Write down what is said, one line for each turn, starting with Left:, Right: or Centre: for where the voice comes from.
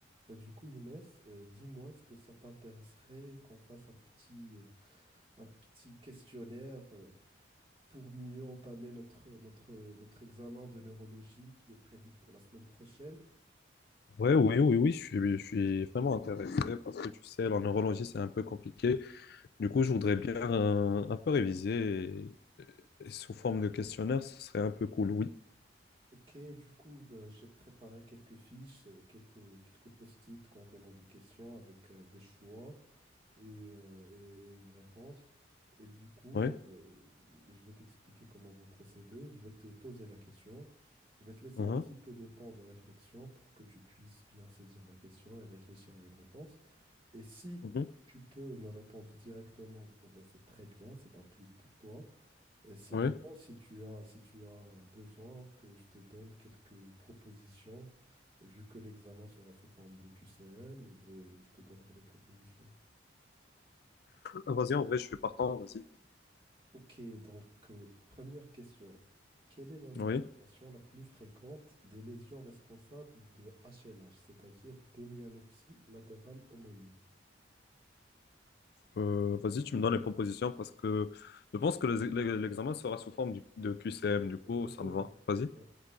Right: Bah, du coup, Younes, euh, dis-moi, est-ce que ça t'intéresserait qu'on fasse un petit, euh, un petit questionnaire euh, pour mieux entamer notre, notre, notre examen de neurologie qui est prévu pour la semaine prochaine?
Left: Ouais, oui, oui, oui, je suis, je suis vraiment intéressé parce que tu sais, la neurologie, c'est un peu compliqué. Du coup, je voudrais bien euh, un, peu réviser et, et sous forme de questionnaire, ce serait un peu cool, oui.
Right: Ok, du coup, bah, j'ai préparé quelques fiches, euh, quelques, quelques post-it contenant des questions avec euh, des choix. et, euh, et- et une réponse. Et du coup,
Left: Ouais.
Right: euh, je vais t'expliquer comment on va procéder. Je vais te poser la question. Je vais te laisser
Left: Mhm.
Right: un petit peu de temps de réflexion pour que tu puisses bien saisir la question et réfléchir à une réponse. Et si
Left: Mhm.
Right: tu peux me répondre directement, eh ben, c'est très bien, c'est un plus pour toi. Et sinon,
Left: Ouais.
Right: si tu as, si tu as besoin que je te donne quelques propositions, vu que l'examen sera sous forme de QCM, ben, je te donnerai des propositions.
Left: Euh, Vas-y, en vrai, je suis partant, vas-y.
Right: Ok, donc euh, première question. Quelle est la localisation
Left: Oui.
Right: la plus fréquente des lésions responsables de HLH, c'est-à-dire d'hémianopsie latérale homonyme?
Left: Euh, vas-y, tu me donnes les propositions parce que je pense que les- les- l'examen sera sous forme du- de QCM, du coup,
Right: Exactement.
Left: ça me va. Vas-y.
Right: Ouais.